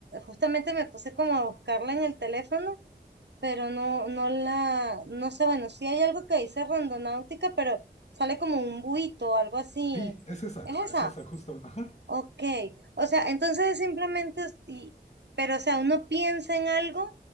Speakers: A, on the right (about 80°); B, on the left (about 40°).
A: justamente me puse como a buscarla en el teléfono, pero no, no la, no sé, bueno, sí hay algo que dice rondonáutica, pero sale como un buito o algo así.
B: Sí, es esa,
A: ¿Es
B: es
A: esa?
B: esa justamente. Ajá.
A: Ok, o sea, entonces simplemente, es- y, pero o sea, uno piensa en algo